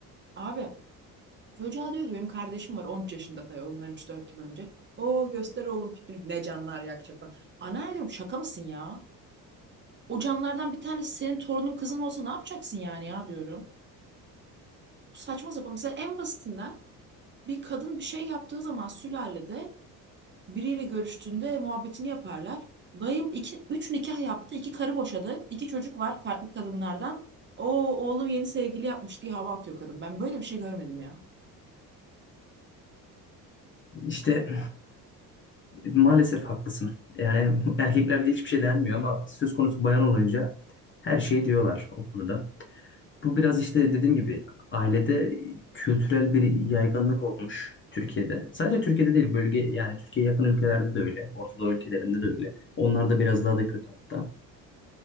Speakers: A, on the right (about 20°); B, on the left (about 25°).
A: Abi çocuğa diyor ki benim kardeşim var 13 yaşında tabii ondan 3-4 yıl önce. O göster oğlum pipini. Ne canlar yakacak falan. Anneanne diyorum şaka mısın ya? O canlardan bir tanesi senin torunun kızın olsa ne yapacaksın yani ya diyorum. saçma sapan. Mesela en basitinden bir kadın bir şey yaptığı zaman sülalede biriyle görüştüğünde muhabbetini yaparlar. Dayım iki, üç nikah yaptı, iki karı boşadı, iki çocuk var farklı kadınlardan. O oğlum yeni sevgili yapmış diye hava atıyor kadın. Ben böyle bir şey görmedim ya.
B: İşte maalesef haklısın. Yani erkeklerde hiçbir şey denmiyor ama söz konusu bayan olunca her şeyi diyorlar o konuda. Bu biraz işte dediğim gibi ailede kültürel bir yaygınlık olmuş Türkiye'de. Sadece Türkiye'de değil bölge yani Türkiye'ye yakın ülkelerde de öyle. Orta Doğu ülkelerinde de öyle. Onlar da biraz daha da kötü hatta.